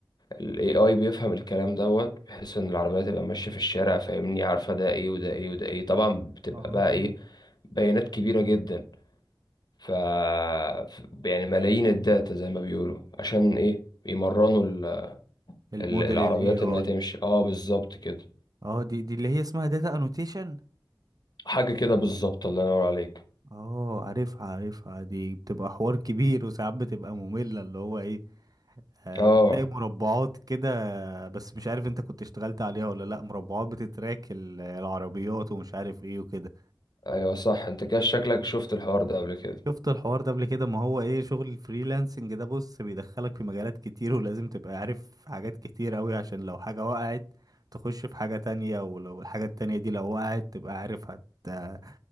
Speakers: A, on the left; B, on the right.
A: الاي اي بيفهم الكلام دوت بحيث ان العربية تبقى ماشية في الشارع فاهمني عارفة ده ايه وده ايه وده ايه طبعا بتبقى
B: اه
A: بقى ايه بيانات كبيرة جدا ف ف- يعني ملايين الداتا زي ما بيقولوا عشان ايه يمرنوا ال...
B: الموديل
A: ال- العربيات
B: الاي اي
A: انها تمشي اه بالظبط كده
B: اه دي دي اللي هي اسمها داتا انوتيشن
A: حاجة كده بالظبط الله ينور عليك
B: اه عارفها عارفها دي بتبقى حوار كبير وساعات بتبقى مملة اللي هو ايه آه
A: اه
B: وتلاقي مربعات كده بس مش عارف انت كنت اشتغلت عليها ولا لا مربعات بتتراك ال- العربيات ومش عارف ايه وكده
A: ايوه صح انت كده شكلك شفت الحوار ده قبل كده
B: شفت الحوار ده قبل كده ما هو ايه شغل الفريلانسنج ده بص بيدخلك في مجالات كتير ولازم تبقى عارف حاجات كتير قوي عشان لو حاجة وقعت تخش في حاجة تانية ولو الحاجة التانية دي لو وقعت تبقى عارف هت آه،